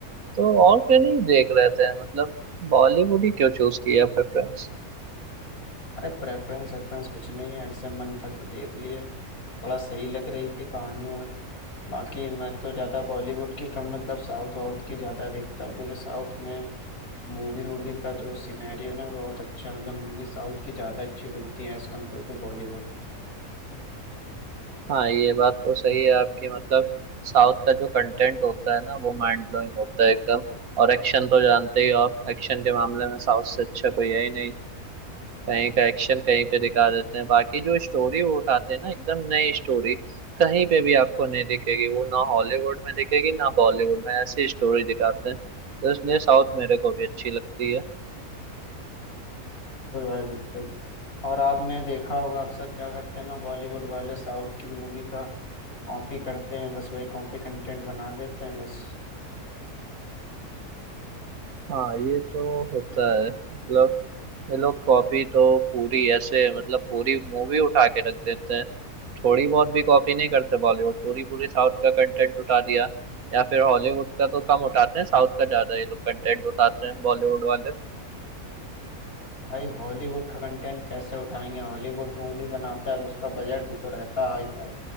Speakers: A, on the right; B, on the left.
A: तो और क्या नहीं देख रहे थे मतलब बॉलीवुड ही क्यों चूज किया प्रेफरेंस
B: अरे प्रेफरेंस रेफरेंस कुछ नहीं है ऐसे मन था तो देख लिए थोड़ा सही लग रही थी कहानी वहानी बाकी मैं तो ज़्यादा बॉलीवुड की कम मतलब साउथ वाउथ की ज़्यादा देखता हूँ क्योंकि साउथ में मूवी वूवी का जो सिनेरियो ना वो बहुत अच्छा है। मतलब मूवी साउथ की ज़्यादा अच्छी बनती है एज़ कम्पेयर टू बॉलीवुड
A: हाँ ये बात तो सही है आपकी मतलब साउथ का जो कंटेंट होता है ना वो माइंड ब्लोइंग होता है एकदम और एक्शन तो जानते ही हो आप एक्शन के मामले में साउथ से अच्छा कोई है ही नहीं कहीं का एक्शन कहीं पे दिखा देते हैं बाकी जो स्टोरी वो उठाते हैं ना एकदम नई स्टोरी कहीं पे भी आपको नहीं दिखेगी वो ना हॉलीवुड में दिखेगी ना बॉलीवुड में ऐसी स्टोरी दिखाते हैं तो इसलिए साउथ मेरे को भी अच्छी लगती है
B: बिल्कुल भाई बिल्कुल और आपने देखा होगा अक्सर क्या करते हैं ना बॉलीवुड वाले साउथ की मूवी का कॉपी करते हैं बस वही कॉपी कंटेंट बना देते हैं बस
A: हाँ ये तो होता है मतलब ये लोग कॉपी तो पूरी ऐसे मतलब पूरी मूवी उठा के रख देते हैं थोड़ी बहुत भी कॉपी नहीं करते बॉलीवुड पूरी पूरी साउथ का कंटेंट उठा दिया या फिर हॉलीवुड का तो कम उठाते हैं साउथ का ज्यादा ये लोग कंटेंट उठाते हैं बॉलीवुड वाले
B: भाई हॉलीवुड का कंटेंट कैसे उठाएंगे हॉलीवुड मूवी बनाता है तो उसका बजट भी तो रहता है हाई फाई